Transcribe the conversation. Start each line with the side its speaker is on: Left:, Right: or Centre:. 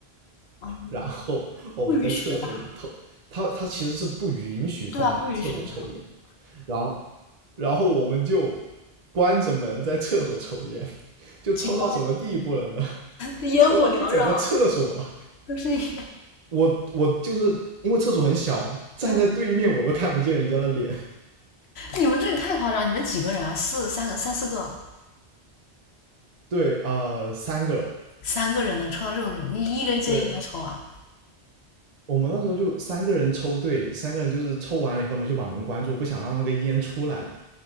Left: 啊，
Right: 然后我们在厕所里头，
Left: 不允许的吧？
Right: 他 <laughs> 他其实是不允许在厕所抽烟，
Left: 对吧？不允许的吧？
Right: 然后然后我们就关着门在厕所抽烟，<laughs> 就抽到什么地步了呢？
Left: 警报烟雾缭绕的，
Right: 抽到这整个厕所，
Left: 都是烟。
Right: <laughs> 我我就是因为厕所很小，站在对面我都看不见人家的脸。
Left: 嗯你们这里太夸张！你们几个人啊？四三个三四个，
Right: 对，呃，三个，
Left: 三个人能抽到这种地步？你一个人接一个的抽啊？
Right: 对我们那时候就三个人抽对，三个人就是抽完了以后呢，就把门关住，不想让那个烟出来嘛。